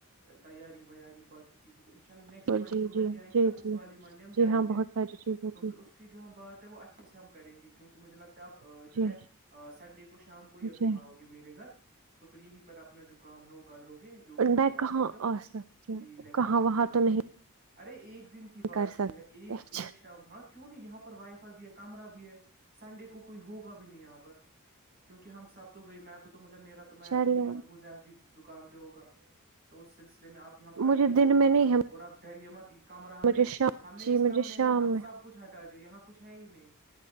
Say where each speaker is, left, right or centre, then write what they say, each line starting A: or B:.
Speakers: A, on the right; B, on the right.
A: تیاری ویاری باقی چیزیں تو ان شاء اللہ نیکسٹ
B: جی
A: والی جو منڈی
B: جی
A: آئے
B: جی
A: گی نا اس
B: جی
A: والی منڈی ہم جائیں
B: جی ہاں
A: گے
B: بہت ساری چیزیں
A: تو پھر
B: جی
A: اس کی جو ہم بات ہے وہ اچ اچھے سے ہم کریں گے کیونکہ مجھے لگتا ہے ا
B: جی
A: جو ہے
B: جی
A: سنڈے کو شام کو اب
B: جی
A: یہاں ہوگ میرے گھر تو پھر یہی پر اپنا جو کام ہے وہ کر دو گے جو بھی جاب
B: میں
A: آپ
B: کہاں
A: کرتے ہو
B: آ سکتی ہوں
A: جی لیکچر
B: کہاں
A: ویکچر
B: وہاں
A: دو
B: تو نہیں
A: بھی ارے ایک دن کی بات
B: کر سکتی
A: یہ ہے ایک ایک شام حق کیوں نہیں یہاں پر وائی فائی بھی ہے کمرہ بھی ہے سنڈے کو کوئی ہوگا بھی نہیں یہاں پر کیونکہ ہم سب تو گئے میں بھی تو مطلب میرا تو میچ
B: چلے
A: ہوگا تو ہو زی دکان پہ ہوگا تو اس سلسلے میں آپ یہاں پر اکیلے
B: مجھے دن
A: ہو
B: میں
A: گے
B: نہیں ہے
A: اور آپ ڈرمت کمرہ ہم
B: مجھے
A: نے
B: شام
A: ہم نے
B: جی
A: اس کمرے
B: مجھے شام
A: میں ہمب سب کچھ ہٹا دیا یہاں کچھ ہے ہی نہیں